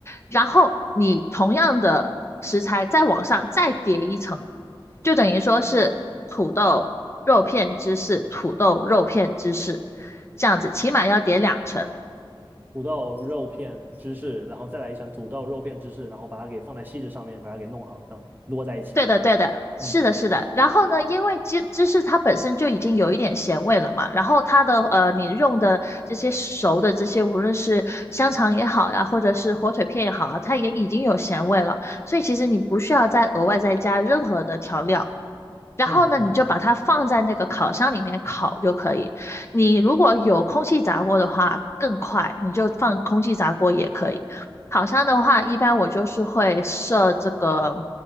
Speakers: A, on the left; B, on the right.
A: 然后你同样的食材再往上再叠一层。就等于说是土豆肉片芝士，土豆肉片芝士，这样子起码要点两成。
B: 土豆、肉片、芝士，然后再来一层土豆、肉片、芝士，然后把它给放在锡纸上面，把它给弄好，这样摞在一起。
A: 对的，对的，是的，
B: 嗯
A: 是的。然后呢，因为芝芝士它本身就已经有一点咸味了嘛，然后它的呃，你用的这些熟的这些，无论是香肠也好呀，或者是火腿片也好啊，它也已经有咸味了，所以其实你不需要再额外再加任何的调料。然后呢，
B: 嗯嗯，
A: 你就把它放在那个烤箱里面烤就可以。你如果有空气炸锅的话，更快，你就放空气炸锅也可以。烤箱的话，一般我就是会设这个，